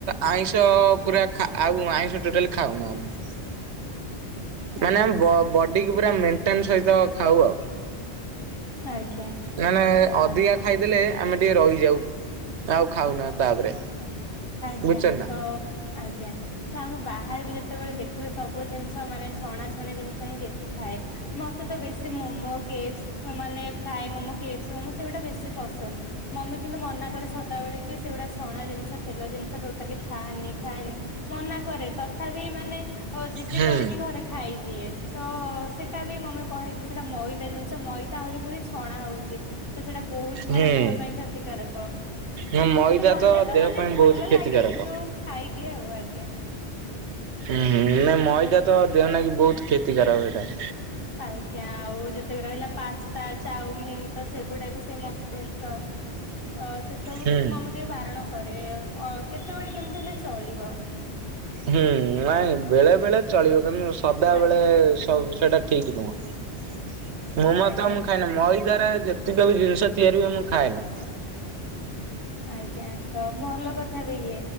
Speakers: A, on the right; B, on the left.
A: ଆଇଁଷ ପୁରା ଖା-ଆଉ, ଆଇଁଷ ଟୋଟାଲି ଖାଉନାଉଁ। ହୁଁ
B: <inaudible>
A: ମାନେ, ଆମ ବ ବଡିକୁ ପୁରା ମେଣ୍ଟେନ୍ ସହିତ ଖାଉ ଆଉ।
B: ଆଜ୍ଞା।
A: ମାନେ,
B: ଆଜ୍ଞା
A: ଅଧିକା ଖାଇଦେଲେ ଆମେ ଟିକେ ରହିଯାଉ, ଆଉ ଖାଉନା। ତାପରେ।
B: ଆଜ୍ଞା।
A: ବୁଝୁଛ ନା।
B: ତ, ଆଜ୍ଞ। ତ, ଆମେ ବାହାରେ ବି ଯେତେବେଳେ ଦେଖିବେ, ସବୁ ଜିନିଷ ମାନେ ଛଣା ଛଣି ଜିନିଷ ହିଁ ବେଶୀ ଥାଏ। ମତେ ତ ବେଶୀ ମୋମୋ, କେପସ୍‌ ମାନେ ଫ୍ରାଏ ମୋମୋ, କେପସ୍ ମମୋ, ସେଗୁଡା ବେଶୀ ପସନ୍ଦ। ମମି କିନ୍ତୁ ମନା କରେ ସଦାବେଳେ କି, ସେଗୁଡା ଛଣା ଜିନିଷ ତେଲ ଜିନିଷ ଟୋଟାଲି ଖାନି, ଖାନି ମନା କରେ। ତଥାପି, ମାନେ ଓ ଯିଦି
A: ହୁଁ
B: କରିକି ଘରେ ଖାଇଦିଏ। ତ ସେଇଟା ବି ମମି କହେ କି, ସେଇଟା ମଇଦା ଜିନିଷ। ମଇଦା, ଆହୁରି ପୁଣି ଛଣା ହଉଛି ତ ସେଇଟା ବହୁତ
A: ହୁଁ।
B: ମାନେ ଦେହ ପାଇଁ କ୍ଷତିକାରକ।
A: ନା ମଇଦା
B: ସେମତି କହିଥାଏ ତ
A: ଦେହ
B: ମାନେ
A: ପାଇଁ
B: ଭଲ
A: ବହୁତ କ୍ଷତିକାରକ।
B: ଲାଗେ କିନ୍ତୁ ଖାଇଦିଏ ଆଉ ଆଜ୍ଞା।
A: ହୁଁ ହୁଁ ନାଁ ମଇଦା ତ ଦେହ ନା କି ବହୁତ କ୍ଷତି ଖରାପ ସେଇଟା।
B: ଆଜ୍ଞା ଆଉ ଯେତିକି ରହିଲା ପାସ୍ତା, ଚାଉମିିନ, ତ ସେଗୁଡା ବି ସେଇ ମଇଦା ଜିନିଷ। ତ ସେସବୁ
A: ହୁଁ।
B: ରୁ ଟିକ ମମି ଟିକେ ବାରଣ କରେ କେତେବେଳେ କେମିତି ହେଲେ ଚଳିବ।
A: ହୁଁ ନାଇଁ ବେଳେ ବେଳେ ଚଳିବ କିନ୍ତୁ ସଦାବେଳେ
B: ଆଜ୍ଞା
A: ସବୁ ସେଟା ଠିକ ନୁହ ମୋମ
B: ଆଜ୍ଞା।
A: ତ ମୁଁ ଖାଇନି ମଇଦାରେ ଯେତ ତିକବି ଜିନିଷ ତିଆରି ହୁଏ ମୁଁ ଖାଏନା।
B: ଆଜ୍ଞା ତ ଭଲ କଥା ବି ଇଏ।